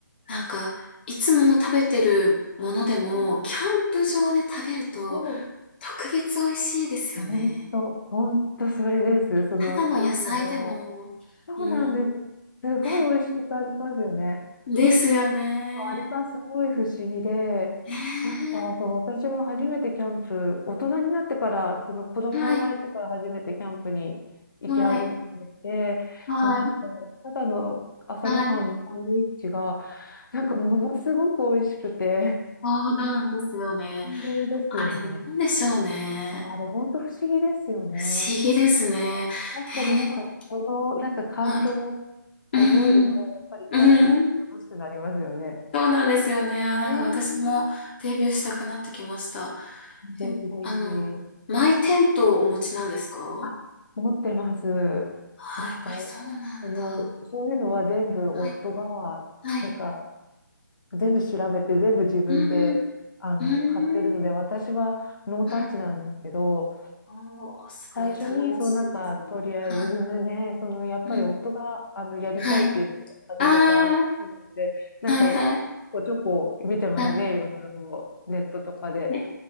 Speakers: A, on the left; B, on the left.
A: なんか、いつも食べてるものでも、
B: はいはい。
A: キャンプ場で食べると
B: そう、
A: 特別美味しいですよね。
B: 本当、本当それです。その、
A: ただの野菜でも、
B: キャンプの、そうなんです。
A: うん。
B: すごい美味しく感じますよね。
A: ねですよね。
B: あれがすごい不思議で、
A: ね
B: なんかそう、私も初めてキャンプ、大人になってから、その子供が生まれてから初めてキャンプに行き始めて、
A: え。はい。はい。はい。
B: そう、なんか、ただの朝ごはんのサンドイッチが、
A: はい。
B: なんかものすごく美味しくて、
A: そうなんですよね。
B: <laughs> 感動ですよね。
A: あれ、なんでしょうね。
B: あれ、本当不思議ですよね。
A: 不思議ですね。
B: あ確かになんか、
A: へえ。
B: その、なんか感動を
A: はい。うん
B: 覚えると、やっぱりキャンプ楽しくなりますよね。
A: うんうん、そうなんですよね。あなんか私もデビューしたくなってきました。
B: ねえぜひぜひ。
A: え、あの、マイテントをお持ちなんですか
B: あ、持ってます。
A: ああ、
B: なんか、
A: やっぱりそうなんだ。
B: その、そういうのは全部夫が、
A: はい、はい。
B: なんか、全部調べて、全部自分で、
A: うんうん。
B: あの、
A: う
B: 買ってるので、
A: ーん。
B: 私はノータッチなんですけど、
A: はい。おー、すごい、
B: 最初に、
A: 頼もしいですね。
B: そのなんか、とりあえずね、
A: はい。
B: ねその、やっぱり夫が、
A: うん。
B: あの、やりたいって言って始めたので、
A: はい。あ
B: なんか、
A: あ、はいはい。
B: ちょこちょこ見てますね、
A: はい。
B: いろいろ、ネットとかで。
A: ね